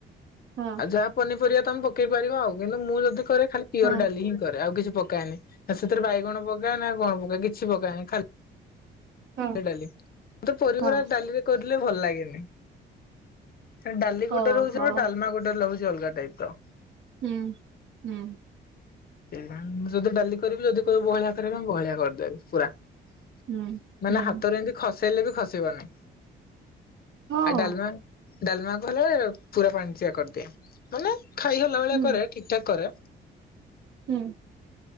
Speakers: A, on the right; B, on the left.
A: ହଁ।
B: ଆଉ ଯା ପନିପରିବା ତମେ ପକେଇ ପାରିବ ଆଉ। କିନ୍ତୁ ମୁଁ ଯଦି କରେ ଖାଲି ପିଓର୍
A: ହଁ
B: ଡାଲି। ରେ ଆଉ କିଛି ପକାଏନି। ସେଥିରେ ବାଇଗଣ ପକା ନା କଣ ପ କିଛି ପକାଏନି ଖାଲ
A: ହଁ
B: ଡାଲି ମୁଁ ତ ପରିବାଗୁରା
A: ହଁ
B: ଡାଲିରେ କର ଲେ ଭଲ ଲାଗେନି। ଖାଲି ଡାଲି ଗୋଟେ
A: ଓହୋ
B: ରହୁଥିବ ଡାଲମା ଗୋଟେରେ ଲାଗୁଛି ଅଲ ଟାଇପ୍ ର।
A: ହୁଁ ହୁଁ।
B: ଏଇ ଆ ମୁଁ ଯଦି ଡାଲି କରିବି ଯଦି କହିବେ ବହଳିଆ କରିବା ପାଇଁ ବହଳିଆ କର ଦାରିପ୍ <unintelligible>
A: ହୁଁ
B: ମାନେ
A: ହୁଁ
B: ହାତରେ ଏମିତି ଖସ୍ ହେଲେ ବି ଖସିବନି।
A: ହଁ
B: ଆ ଡାଲମା? ଡାଲମା କ <unintelligible> ପୁରା ପାଣିଚ଼ିଆ କରିଦିଏ। ମାନେ? ଖାଇ ହେଲା ଭଳିଆ
A: ହୁଁ
B: କରେ ଠିକ ଠାକ୍ କରେ।
A: ହୁଁ।